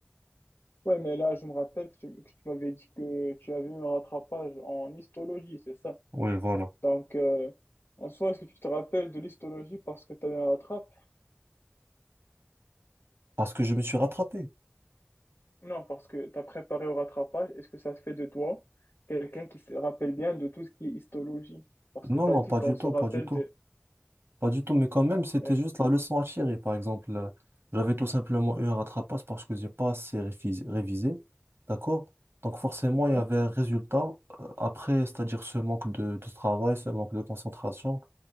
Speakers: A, on the left (about 75°); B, on the right (about 75°).
A: Ouais, mais là, je me rappelle que tu, que tu m'avais dit que tu avais eu un rattrapage en histologie, c'est ça?
B: Oui, voilà.
A: Donc, euh, en soi, est-ce que tu te rappelles de l'histologie parce que tu as eu un rattrape?
B: Parce que je me suis rattrapé.
A: Non, parce que tu as préparé au rattrapage. Est-ce que ça se fait de toi quelqu'un qui se rappelle bien de tout ce qui est histologie? Parce
B: Non,
A: que tu
B: non,
A: as dit
B: pas
A: qu'on
B: du
A: se
B: tout,
A: rappelle
B: pas du tout.
A: de...
B: Pas du tout, mais quand même, c'était
A: Euh,
B: juste la leçon à tirer. Par exemple, euh, j'avais tout simplement eu un rattrapage parce que j'ai pas assez réfis- révisé. D'accord? Donc forcément,
A: ouais,
B: il y avait un résultat euh, après, c'est-à-dire ce manque de, de travail, ce manque de concentration.